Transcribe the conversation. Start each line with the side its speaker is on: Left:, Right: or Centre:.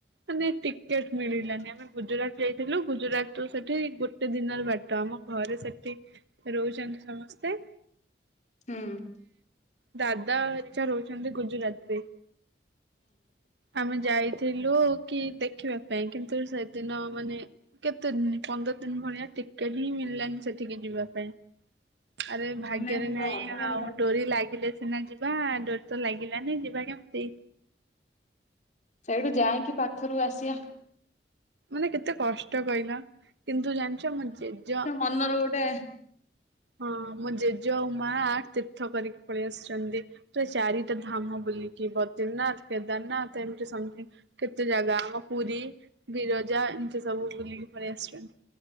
Right: ମାନେ ଟିକେଟ ମିଳିଲାନି ଆମେ ଗୁଜୁରାଟ ଯାଇଥିଲୁ ଗୁଜୁରା ଟୁ ସେଠି ଗୋଟେ ଦିନରେ ବାଟ ଆମ ଘରେ ସେଠି ରହୁଚନ୍ତି ସମସ୍ତେ
Left: ହୁଁ।
Right: ଦାଦା ହରିକା ରହୁଛନ୍ତି ଗୁଜୁରାତରେ। ଆମେ ଯାଇଥିଲୁ କି ଦେଖିବା ପାଇଁ କିନ୍ତୁ ସେଦିନ ମାନେ କେତେ ଦିନ ପନ୍ଦର ଦିନ ଭଳିଆ ଟିକେଟ ହିଁ ମିଳିଲାନି ସେଠିକି ଯିବା ପାଇଁ। ଆରେ ଭାଗ୍ୟରେ
Left: ହୁଁ
Right: ନାଇଁ ଆଉ ଡୋରି ଲାଗିଲେ ସିନା ଯି ବା ଡୋରୀ ତ ଲାଗିଲାନି ଯିବା କେମିତି?
Left: ସେଇଠୁ ଯାଇକି ପାଖରୁ ଆସିଆ
Right: ମାନେ କେତେ କଷ୍ଟ କହିଲା? କିନ୍ତୁ ଜାଣିଚ ମୋ ଜେଜ
Left: ଅନର ଗୋଟେ
Right: ହଁ ମୋ ଜେଜେ ଆଉ ମା ତୀର୍ଥ କରିକି ପଳେଇ ଆସିଚନ୍ତି। ଟେ ଚାରିଟା ଧାମ ବୁଲିକି ବଦ୍ରିନାଥ, କେଦାରନାଥ, ଏମତି ସମଥି କେତେ ଜାଗା ଆମ ପୁରୀ, ବିିରଜା ଏମିତି ସବୁ ବୁଲିକି ପଲେଇ ଆସିବା।